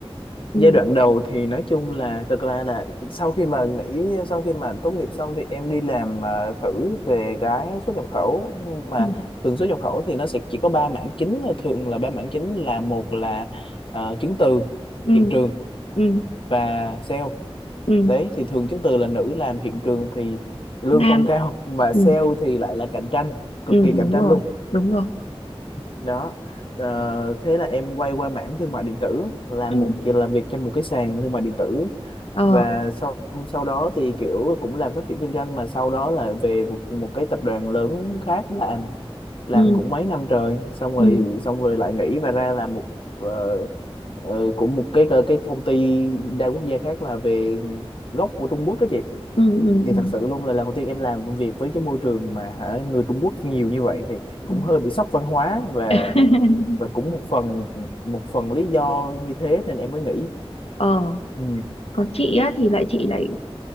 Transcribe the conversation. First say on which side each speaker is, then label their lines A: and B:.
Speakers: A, on the left; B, on the left.
A: ừ
B: giai đoạn đầu thì nói chung là thực ra là sau khi mà nghỉ sau khi mà tốt nghiệp xong thì em đi làm à, thử về cái xuất nhập khẩu nhưng mà
A: ừ
B: thường xuất nhập khẩu thì nó sẽ chỉ có ba mảng chính thường là ba mảng chính là một là ờ, chứng từ
A: ừ
B: hiện trường
A: ừ,
B: và sale
A: ừ.
B: đấy thì thường chứng từ là nữ làm hiện trường thì lương
A: nam
B: không cao <laughs> mà
A: ừ
B: sale thì lại là cạnh tranh cực
A: ừ
B: kỳ cạnh
A: đúng
B: tranh
A: rồi
B: luôn
A: đúng rồi
B: đó Ờ, thế là em quay qua mảng thương mại điện tử làm
A: ừ
B: một làm việc trong một cái sàn thương mại điện tử
A: ờ
B: và sau sau đó thì kiểu cũng làm phát triển kinh doanh mà sau đó là về một, một cái tập đoàn lớn khác làm làm
A: ừ
B: cũng mấy năm trời xong
A: ừ
B: rồi xong rồi lại nghỉ và ra làm một ờ, ờ, cũng một cái ờ, cái công ty đa quốc gia khác là về gốc của Trung Quốc đó chị
A: ừ ừ
B: thì
A: ừ
B: thật sự luôn là lần đầu tiên em làm công việc với cái môi trường mà hả, người Trung Quốc nhiều như vậy thì
A: ừ.
B: cũng hơi bị sốc văn hóa và
A: <laughs>
B: và cũng một phần một phần lý do như thế nên em mới nghỉ
A: ờ
B: ừ
A: còn chị á thì lại chị lại